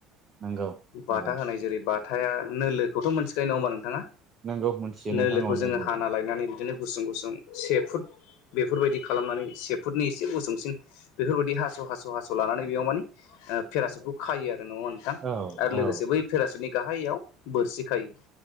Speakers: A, on the right (about 30°); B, on the left (about 75°).
A: नंगौ नंगौ
B: बाथा होनाय जेरै बाथा नोलो' मोनथिखायो नङा होनोमा नोंथाङा
A: नोंगौ मोनथियो
B: नोलोखौ
A: नोंथां अनैलो
B: जोङो हाना लायनानै बिदिनो गुसुं -गुसुं से फुट बेफोरबायदि खालामनानै से फुटनि एसे गुसुंसिन बेफोरबायदि हास'- हास' -हास' लानानै बेयाव मानिे पेरासुटखौ खायो आरो नङा होन नोंथां
A: औ
B: आरो लोगोसे
A: औ
B: बै फेरासुनि गाहायाव बोरसि खायो।